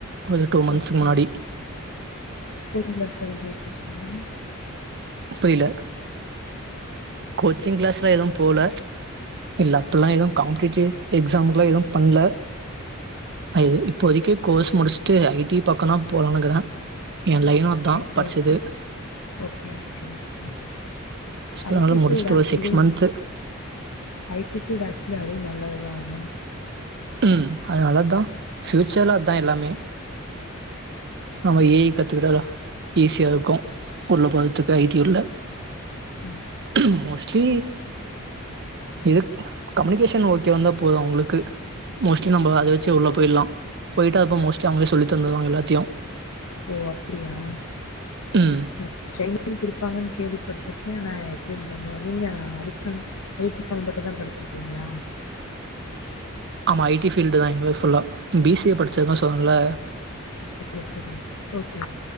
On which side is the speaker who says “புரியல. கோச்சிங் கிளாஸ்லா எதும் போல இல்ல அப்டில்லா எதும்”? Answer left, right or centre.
Right